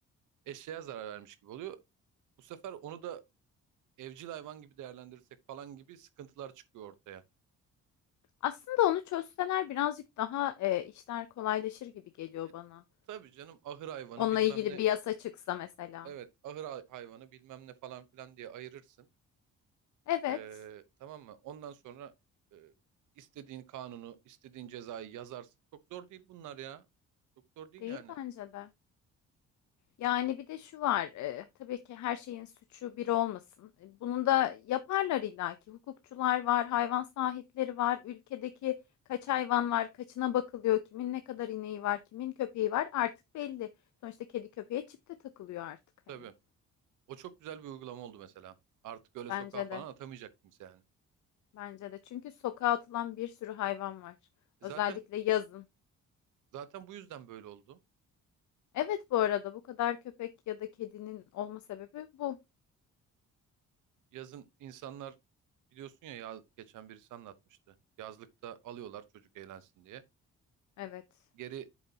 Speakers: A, on the right; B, on the left.
A: eşyaya zarar vermiş gibi oluyor. Bu sefer onu da evcil hayvan gibi değerlendirirsek falan gibi sıkıntılar çıkıyor ortaya.
B: Aslında onu çözseler birazcık daha e, işler kolaylaşır gibi geliyor
A: E,
B: bana.
A: tabii canım ahır hayvanı
B: Onunla
A: bilmem
B: ilgili
A: ne
B: bir yasa çıksa mesela.
A: Evet, ahır hay- hayvanı bilmem ne falan filan diye ayırırsın.
B: Evet,
A: Ee, tamam mı? Ondan sonra e, istediğin kanunu, istediğin cezayı yazarsın. Çok zor değil bunlar ya. Çok zor değil
B: değil
A: yani.
B: bence de. Yani bir de şu var, e, tabii ki her şeyin suçu bir olmasın. E, Bunu da yaparlar illaki. Hukukçular var, hayvan sahipleri var, ülkedeki kaç hayvan var, kaçına bakılıyor, kimin ne kadar ineği var, kimin köpeği var artık belli. Sonuçta kedi köpeğe çip de takılıyor artık
A: Tabii.
B: hani.
A: O çok güzel bir uygulama oldu mesela. Artık öyle
B: Bence
A: sokağa falan
B: de.
A: atamayacak kimse yani.
B: Bence de. Çünkü sokağa atılan bir sürü hayvan var.
A: E
B: Özellikle
A: Zaten
B: yazın.
A: zaten bu yüzden böyle oldu.
B: Evet bu arada bu kadar köpek ya da kedinin olma sebebi bu.
A: Yazın insanlar biliyorsun ya, ya geçen birisi anlatmıştı. Yazlıkta alıyorlar çocuk eğlensin diye.
B: Evet.
A: Geri